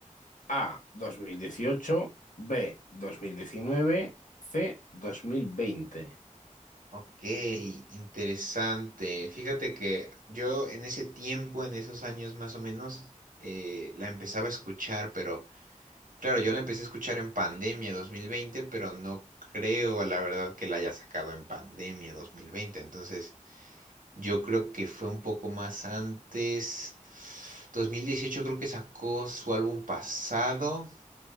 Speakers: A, on the left; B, on the right.
A: A, dos mil dieciocho, B, dos mil diecinueve, C, dos Dos mil veinte.
B: Ok, interesante. Fíjate que yo en ese tiempo, en esos años más o menos, eh, la empezaba a escuchar, pero... Claro, yo la empecé a escuchar en pandemia 2020, pero no creo, la verdad, que la haya sacado en pandemia 2020. Entonces, yo creo que fue un poco más antes. 2018 creo que sacó su álbum pasado.